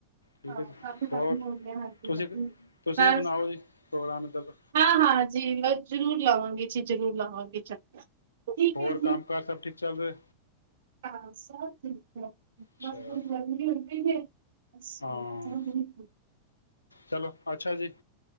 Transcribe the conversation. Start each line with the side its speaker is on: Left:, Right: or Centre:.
Left: ਠੀਕ
Right: ਹਾਂ
Left: ਹੈ ਜੀ
Right: ਕਾਫੀ ਟਾਇਮ
Left: ਹੋਰ
Right: ਹੋ ਗਿਆਂ। ਹਾਂਜੀ।
Left: ਤੁਸੀਂ ਤੁਸੀਂ
Right: ਬਸ
Left: ਬਣਾਓ ਜੀ ਪ੍ਰੋਗਰਾਮ ਇੱਧਰ ਦਾ
Right: ਹਾਂ, ਹਾਂ ਜੀ ਮੈਂ ਜ਼ਰੂਰ ਲਵਾਂਗੀ ਚ- ਜ਼ਰੂਰ ਲਾਵਾਂਗੀ ਚੱਕਰ। ਠੀਕ
Left: ਹੋਰ
Right: ਹੈ ਜੀ
Left: ਕੰਮ ਕਾਰ ਸਭ ਠੀਕ ਚੱਲ ਰਿਹਾਂ।
Right: ਹਾਂ ਸਭ ਠੀਕ ਹੈਂ ‌।
Left: ਅੱਛਾ
Right: ਬਸ ਗਰਮੀਂ ਹੋਈ ਪਈ ਦੀ ਹੈ। <inaudible>
Left: ਹਾਂ ਚਲੋ ਅੱਛਾ ਜੀ।